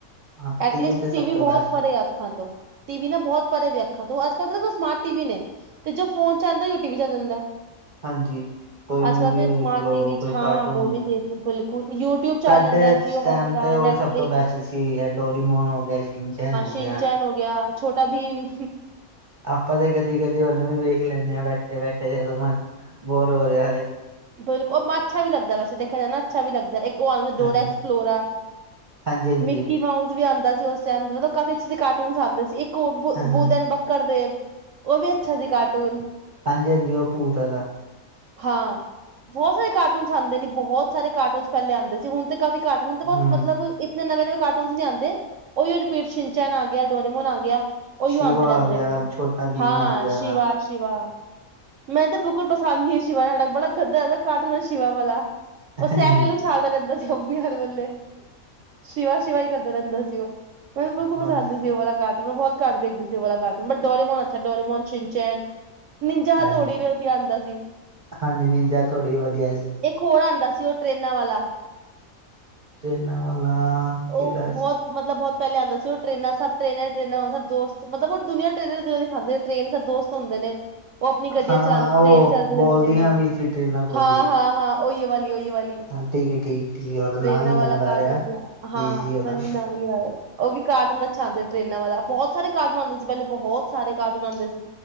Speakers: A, on the right (about 40°); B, on the right (about 65°).
A: ਹਾਂ
B: ਐਟਲੀਸਟ
A: ਟੀਵੀ ਤੇ ਸਭ
B: ਟੀ ਵੀ
A: ਤੋਂ
B: ਬਹੁਤ
A: ਬੈਸਟ
B: ਪਰੇ
A: ਹੈ
B: ਆ। ਅੱਖਾਂ ਤੋਂ, ਟੀ ਵੀ ਨਾ ਬਹੁਤ ਭਰੇ ਵੇ ਅੱਖਾਂ ਤੋਂ ਅੱਜ ਕੱਲ੍ਹ ਤਾਂ ਦੇਖੋ ਸਮਾਰਟ ਟੀ ਵੀ ਨੇ। ਤੇ ਜੋ ਫੋਨ ਚ ਆਂਦਾ ਉਹ ਟੀ ਵੀ ਚ ਆ ਜਾਂਦਾ
A: ਹਾਂਜੀ ਕੋਈ ਮੂਵੀ
B: ਅੱਜ ਕੱਲ੍ਹ ਤੇ
A: ਵੇਖ
B: ਸਮਾਰਟ
A: ਲੋ
B: ਟੀਵ ਚ
A: ਕੋਈ
B: ਹਾਂ
A: ਕਾਰਟੂਨ
B: ਮੂਵੀ ਦੇਖ ਲਓ ਬਿਲਕੁਲ ਯੂਟਿਊਬ ਚੱਲ
A: ਸਾਡੇ
B: ਜਾਂਦਾ ਜੀਓ
A: ਟਾਈਮ
B: ਹੋਟਸਟਾਰ
A: ਤੇ ਉਹੀ
B: ਨੈਟਫਲਿਕਸ
A: ਸਭ ਤੋਂ ਬੈਸਟ ਸੀ ਡੋਰੀਮੋਨ ਹੋ ਗਿਆ ਹੋ ਗਿਆ
B: ਸਿਨਚੈਨ ਹੋ ਗਿਆ ਛੋਟਾ ਬੀਮ
A: ਆਪਾਂ ਤੇ ਕਦੀ ਕਦੀ ਉਹਨੂੰ ਵੀ ਵੇਖ ਲੈਂਨੇ ਹਾਂ ਬੈਠੇ ਬੈਠੇ ਜਦੋਂ ਮਨ ਬੋਰ ਹੋ ਰਿਹਾ ਹੋਏ।
B: ਬਿਲਕੁ ਉਹ ਮ ਅੱਛਾ ਵੀ ਲੱਗਦਾ ਵੈਸੇ ਦੇਖਿਆ ਜਾਏ ਅੱਛਾ ਵੀ ਲੱਗਦਾ ਇੱਕ ਉਹ ਆਦਾ ਸੀ ਡੋਰਾ
A: ਹਾਂਜੀ
B: ਐਕਸਪਲੋਰਾ,
A: ਹਾਂਜੀ ਹਾਂਜੀ
B: ਮਿਕੀ ਮਾਊਸ ਵੀ ਆਉਂਦਾ ਸੀ ਉਸ ਚੰਦ ਪਤਾ ਕਾਫੀ ਅੱਛੇ ਅੱਛੇ ਕਾਰਟੂਨ ਆਉਂਦੇ ਸੀ ਇੱਕ ਉਹ
A: ਹਾਂ ਹਾਂ
B: ਬੂਧ ਐਂਡ ਬ ਕੜਦੇਵ ਉਹ ਵੀ ਅੱਛਾ ਸੀ ਕਾਰਟੂਨ
A: ਹਾਂਜੀ ਹਾਂਜੀ ਉਹ ਭੂਤ ਆਲਾ
B: ਹਾਂ ਬਹੁਤ ਸਾਰੇ ਕਾਰਟੂਨਸ ਆਉਂਦੇ ਨੇ, ਬਹੁਤ ਸਾਰੇ ਕਾਰਟੂਨਸ ਪਹਿਲੇ ਆਉਂਦੇ ਸੀ ਹੁਣ ਤੇ ਕਾਫੀ ਕਾਰਟੂਨ ਤੇ ਬਹੁਤ
A: ਹਮ
B: ਮਤਲਬ ਇਤਨੇ ਨਵੇਂ ਨਵੇਂ ਕਾਰਟੋਨਸ ਨਹੀਂ ਆਂਦੇ, ਉਹੀ ਰਿਪੀਟ ਚ ਸ਼ਿਨਸੈਨ ਆ ਗਿਆ ਡੋਰੇਮੋਨ ਆ ਗਿਆ। ਉਹੀ
A: ਸ਼ਿਵਾ
B: ਆਉਂਦੇ ਰਹਿੰਦੇ
A: ਆ ਗਿਆ
B: ਨੇ
A: ਛੋਟਾ ਭੀਮ
B: ਹਾਂ
A: ਆ ਗਿਆ
B: ਸ਼ਿਵਾਸ ਸ਼ਿਵਾ, ਮੈਂ ਤਾਂ ਬਿਲਕੁਲ ਪਸੰਦ ਨਹੀਂ ਸ਼ਿਵਾ ਨਾਟਕ ਬੜਾ ਗੰਦਾ ਹੈਗਾ। ਕਾਰਟੂਨ ਆ ਸਿਵਾ ਵਾਲਾ, ਉਹ ਸਾਇਕਲ
A: ਹਾਂਜੀ
B: ਉਛਾਲਦਾ ਰਹਿੰਦਾ ਚੌਵੀ ਹਰ ਵੇਲੇ ਸ਼ਿਵਾ ਸ਼ਿਵਾ ਹੀ ਕਰਦਾ ਰਹਿੰਦਾ ਸੀ ਉਹ, ਮੈਨੂੰ ਬਿਲਕੁ
A: ਬਸ
B: ਪਸੰਦ ਨਹੀਂ ਸੀ ਉਹ ਵਾਲਾ ਕਾਰਟੂਨ ਮੈਂ ਬਹੁਤ ਘੱਟ ਦੇਖਦੀ ਸੀ ਉਹ ਵਾਲਾ ਕਾਰਾਟ ਮਨ ਡੋਰੇਮੋਨ ਅੱਛਾ ਡੋਰੇਮੋਨ ਛਿਨਚੈਨ ਨਿੰਜਾ
A: ਹਾਂਜੀ
B: ਹਥੌੜੀ ਵੀ ਵਦੀ ਆਉਂਦਾ ਸੀ।
A: ਹਾਂਜੀ ਨਿੰਜਾ ਹਥੋੜੀ ਵੀ ਵਧੀਆ ਸੀ।
B: ਇੱਕ ਹੋਰ ਆਉਂਦਾ ਸੀ ਉਹ ਟ੍ਰਰੇਨਾਂ ਵਾਲਾ
A: ਟਰੇਨਾਂ ਵਾਲਾ
B: ਉਹ
A: ਕਿਹੜਾ ਸੀ
B: ਬਹੁਤ ਮਤਲਬ ਬਹੁਤ ਪਹਿਲੇ ਆਦਾ ਸੀ, ਉਹ ਟਰੇਨਾਂ ਸਭ ਟਰੇਨਾਂ ਟਰੇਨਾਂ ਸਬ ਦੋਸਤ, ਮਤਲਬ ਓਹ ਦੁਨੀਆਂ ਟਰੇਨਾਂ ਦੀ ਤਰਾਂ ਦਿਖਾਂਦੇ ਸੀ ਟਰੇਨ ਸਭ ਦੋਸਤ ਘੁੰਮਦੇ ਨੇ ਉਹ ਆਪਣੀ ਗੱਡੀਆਂ
A: ਹਾਂ-ਹਾਂ
B: ਚਲਾਦੇ, ਟ੍ਰੇਨ
A: ਉਹ
B: ਚੱਲਦੀ
A: ਬੋਲਦੀਆਂ
B: ਰਹਿੰਦੀ ਸੀ,
A: ਵੀ ਟ੍ਰੇਨਾਂ ਖੁਦ
B: ਹਾਂ
A: ਹੀ।
B: ਹਾਂ ਹਾਂ ਉਹੀਓ ਵਾਲੀ, ਉਹੀਓ ਵਾਲੀ
A: ਹਾਂ ਠੀਕ ਠੀਕ ਠੀਕ, ਉਹਦਾ ਨਾਂ
B: ਟ੍ਰੇਨਾਂ
A: ਨੀ
B: ਵਾਲਾ
A: ਯਾਦ ਆ
B: ਕਾਰਟੂਨ
A: ਰਿਹਾ।
B: ਹਾਂ,
A: ਕੀ ਸੀ ਉਹਦਾ
B: ਮੈਨੂੰ ਵੀ ਨਾਂ ਨਹੀਂ ਆ ਰਿਹਾ ਉਹ ਵੀ ਕਾਟਨ ਅੱਛਾ ਆਦਾ, ਟ੍ਰਰੇਨਾਂ ਵਾਲਾ ਬਹੁਤ ਸਾਰੇ ਕਾਰਟੂਨ ਆਦੇ ਸੀ ਪਹਿਲੇ ਬਹੁਤ ਸਾਰੇ ਕਾਰਟੂਨ ਆਉਂਦੇ ਸੀ।